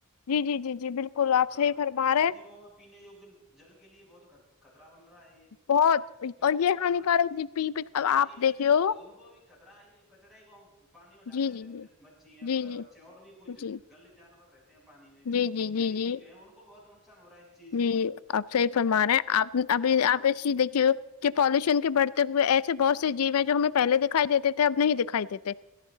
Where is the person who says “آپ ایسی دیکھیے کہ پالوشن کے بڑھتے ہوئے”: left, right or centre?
Left